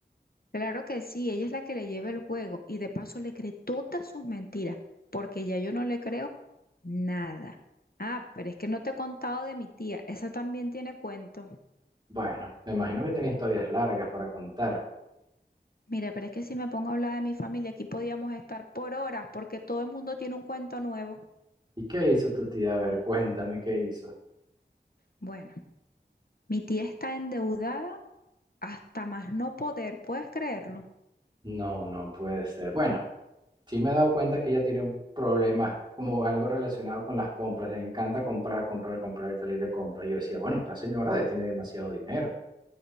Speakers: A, on the left; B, on the right.
A: Claro que sí, ella es la que le lleva el juego y de paso le cree todas sus mentiras, porque ya yo no le creo nada. Ah, pero es que no te he contado de mi tía, esa también tiene cuentos.
B: Bueno, me imagino que tiene historias largas para contar.
A: Mira, pero es que si me pongo a hablar de mi familia, aquí podíamos estar por horas, porque todo el mundo tiene un cuento nuevo.
B: ¿Y qué hizo tu tía? A ver, cuéntame qué hizo.
A: Bueno, mi tía está endeudada hasta más no poder, ¿puedes creerlo?
B: No, no puede ser. Bueno. Sí me he dado cuenta que ella tiene un problema como algo relacionado con las compras. Le encanta comprar, comprar, comprar y salir de compra. Yo decía, bueno, esta señora tiene demasiado dinero.